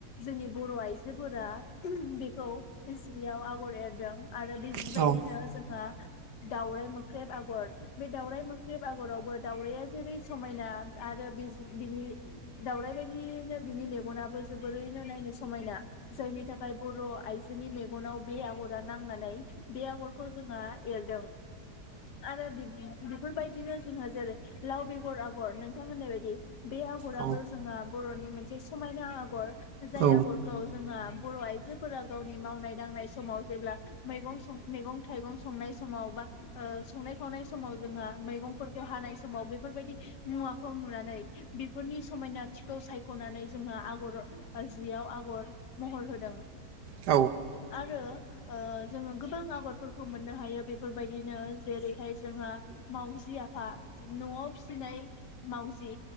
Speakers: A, on the left (about 70°); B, on the right (about 70°).
A: जोंनि बर आइजोफोरा बेखौ जियाव आगर एरदों। आरो बेबायदिनो
B: औ
A: जोङो दाउराय मोख्रेब आगर बे दाउराय मोख्रेब आगरावबो दाउराया जेरै समायना आरो बिजि-बिनि दाउराइ बायदियैनो बिनि मेगनाबो जोबोरैनो नायनो समायना। जायनि थाखाय बर' आइजो। नि मेगनाव बे आगरा नांना लाय। बे आगरखौ जोङो। एरदों। <unintelligible> बेफोरबायदिनो जोंहा जेरै लाव बेगर आगर नोंथां होननाय बायदि। बे आगराबो
B: औ
A: जोंहा बर'नि मोन जि समायना आगर। जाय
B: औ
A: आगरखौ जोंहा। बर' आइजोफोरा गावनि मावनाय दांनाय समाव जेब्ला। मैगंं सं मैगं थाइगं संनाय समाव बा ओ संनाय खावनाय समाव जोंहा मैगंफोरखौ हानाय समाव बेफोरबायदि मुवाखौ नुनानै बेफोरनि समायनाथिखौ सायख'नानै जोंहा आगर जियाव आगर महर होदों।
B: औ
A: आरो। ओ। जोङो गोबां आगरफोरखौ मोननो हायो बे फोरबायदिनो जेरैहाय जोहा मावजि आफा। न'आव फिसिनाय। मावजि